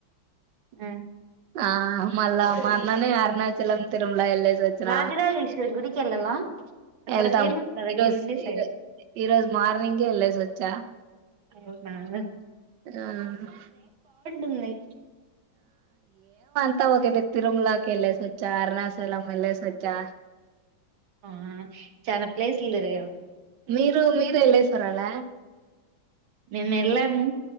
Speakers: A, on the right; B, on the right.
A: మ్
B: ఆ మల్ల మన్ననే అరుణాచలం తిరు మల ఎల్లేసి వచ్చిన.
A: రాజరాజేశ్వరి గుడికి వెళ్ళాలా అక్కడ
B: వెళ్తాం
A: ఫేమస్ కదా
B: ఈరోజు
A: మీరుండే సైడ్
B: ఈరో ఈ రోజు మార్నింగే ఎల్లెస్ వచ్చ.
A: అవునా!
B: మ్
A: ఉన్నాయ్.
B: కాకపోతే ఇప్పటికీ తిరుమలాకి ఎల్లెసొచ్చా, అరుణాచలం ఎల్లెసొచ్చా.
A: ఆ చానా ప్లేస్ లు తిరిగావ్.
B: మీరు మీరెల్లేసి రాల?
A: మేము ఎళ్ళాము.